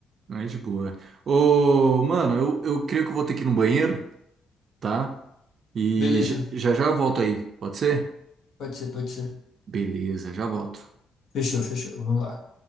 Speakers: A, on the right (about 60°); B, on the left (about 65°).
A: não é de boa. Ô, mano, eu, eu creio que eu vou ter que ir no banheiro, tá? E
B: Beleza,
A: j- já já eu volto aí, pode ser?
B: pode ser, pode ser.
A: Beleza, já volto.
B: Fechou, fechou. Vamos lá.